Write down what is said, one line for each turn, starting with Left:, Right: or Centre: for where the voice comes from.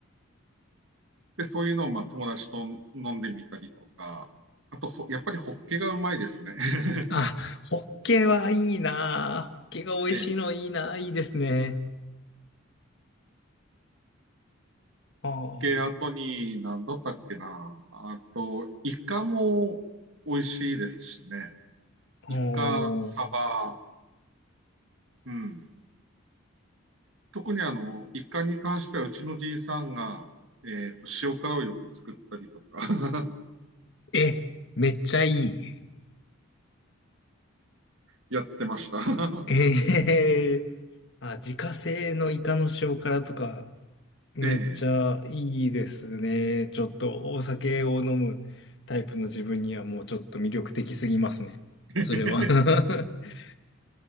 Right: で、そういうのをまあ友達と飲んでみたりとか、あとほ、やっぱりホッケがうまいですね。<laughs>
Left: あ、ホッケはいいな。ホッケが美味しいのいいな。
Right: ええ、ホッ
Left: いいですね。ああ。
Right: ケ後に何だったっけな。あと、イカも美味しいですしね。イカ、
Left: お
Right: サバ、
Left: ー
Right: うん。特にあの、イカに関してはうちのじいさんが、えっと、塩辛をよく作ったりとか
Left: え、めっちゃいい。
Right: <laughs> やってました。
Left: ええあ、自家製のイカの塩辛とか、めっちゃいいですね。
Right: <laughs> え
Left: ちょっとお酒を飲むタイプの自分にはもうちょっと魅力的すぎますね。
Right: え
Left: それは <laughs>